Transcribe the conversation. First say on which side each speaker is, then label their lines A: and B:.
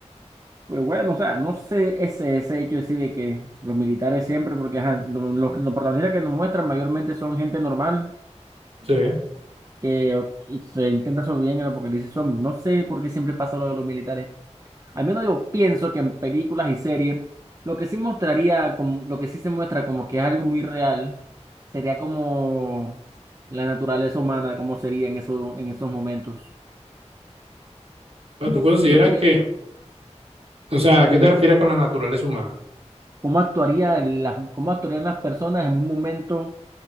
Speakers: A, on the right (about 30°); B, on the right (about 55°).
A: pues bueno, o sea, no sé ese, ese hecho así de que los militares siempre, porque ajá, lo- lo- los protagonistas que nos muestran mayormente son gente normal
B: Sí.
A: que o- y se intenta sobrevivir en el apocalipsis zombie. No sé por qué siempre pasa lo de los militares. Al menos yo pienso que en películas y series, lo que sí mostraría, como- lo que sí se muestra como que es algo muy real, sería como la naturaleza humana, cómo sería en esos, en esos momentos.
B: Pero tú consideras
A: Yo creo,
B: que, O sea, ¿a
A: Dios,
B: qué te refieres con la naturaleza humana?
A: cómo actuaría el- las, cómo actuarían las personas en un momento